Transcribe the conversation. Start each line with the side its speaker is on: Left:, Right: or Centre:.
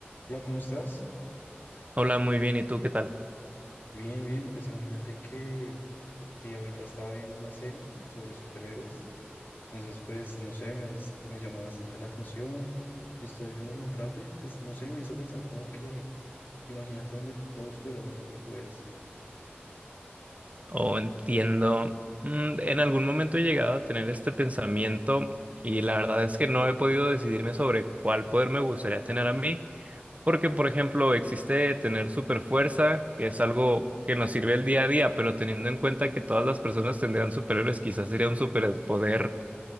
Left: Hola, ¿cómo estás?
Right: Hola, muy bien. ¿Y tú qué tal?
Left: Bien, bien, pues imagínate que, que ahorita estaba viendo una serie sobre superhéroes. Entonces, pues, no sé, me, es- me llamó bastante la atención. Estoy viéndolo un rato y pues, no sé, me hizo pensar como que, imagínate donde todos tuviéramos superpoderes.
Right: O entiendo. mm, En algún momento he llegado a tener este pensamiento y la verdad es que no he podido decidirme sobre cuál poder me gustaría tener a mí. Porque, por ejemplo, existe tener super fuerza, que es algo que nos sirve el día a día, pero teniendo en cuenta que todas las personas tendrán superhéroes, quizás sería un superpoder